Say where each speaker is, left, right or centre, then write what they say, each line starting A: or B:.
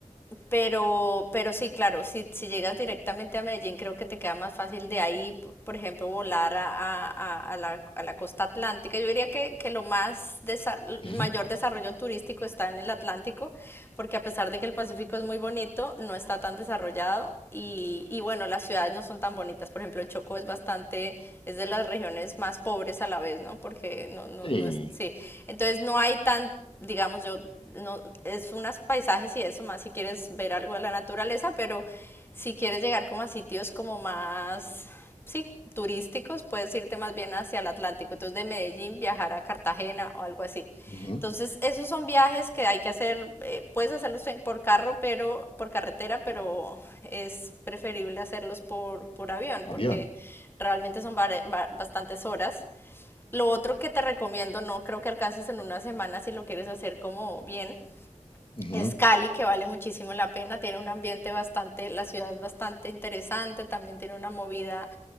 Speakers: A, on the left; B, on the left.
A: pero, pero sí, claro, si, si llegas directamente a Medellín, creo que te queda más fácil de ahí, p- por ejemplo, volar a, a- a- a la, a la costa atlántica. Yo diría que, que lo más desa- el
B: Ujú.
A: mayor desarrollo turístico está en el Atlántico, porque a pesar de que el Pacífico es muy bonito, no está tan desarrollado y, y bueno, las ciudades no son tan bonitas. Por ejemplo, el Chocó es bastante, es de las regiones más pobres a la vez, ¿no? Porque no, no,
B: Sí.
A: no es, sí. Entonces no hay tan digamos, yo no, es unos paisajes y eso más si quieres ver algo de la naturaleza, pero si quieres llegar como a sitios como más, sí, turísticos, puedes irte más bien hacia el Atlántico, entonces de Medellín viajar a Cartagena o algo así.
B: Ujú.
A: Entonces, esos son viajes que hay que hacer, eh, puedes hacerlos en- por carro, pero por carretera, pero es preferible hacerlos por, por avión,
B: Avión.
A: porque realmente son bare- ba- bastantes horas lo otro que te recomiendo, no creo que alcances en una semana si lo quieres hacer como bien,
B: Ujú.
A: es Cali, que vale muchísimo la pena, tiene un ambiente bastante, la ciudad es bastante interesante, también tiene una movida